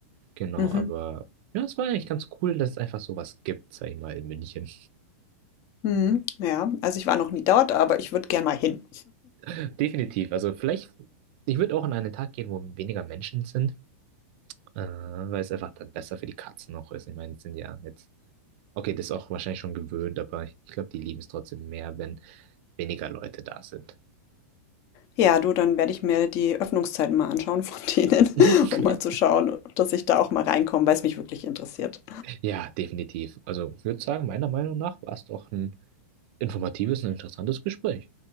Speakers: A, on the right; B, on the left.
A: Genau,
B: Mhm.
A: aber ja, es war eigentlich ganz cool, dass es einfach sowas gibt, sag ich mal, in München.
B: Mhm. Ja, also ich war noch nie dort, aber ich würde gern mal hin.
A: <laughs> Definitiv. Also vielleicht, ich würde auch an einen Tag gehen, wo weniger Menschen sind. Äh, weil es einfach dann besser für die Katzen auch ist. Ich meine, es sind ja jetzt, okay, das ist auch wahrscheinlich schon gewöhnt, aber ich glaube, die lieben es trotzdem mehr, wenn weniger Leute da sind.
B: Ja, du, dann werde ich mir die Öffnungszeiten mal anschauen von denen, <laughs>
A: <laughs>
B: um mal zu schauen, dass ich da auch mal reinkomme, weil es mich wirklich interessiert.
A: Ja, definitiv. Also, ich würde sagen, meiner Meinung nach war es doch ein informatives und interessantes Gespräch.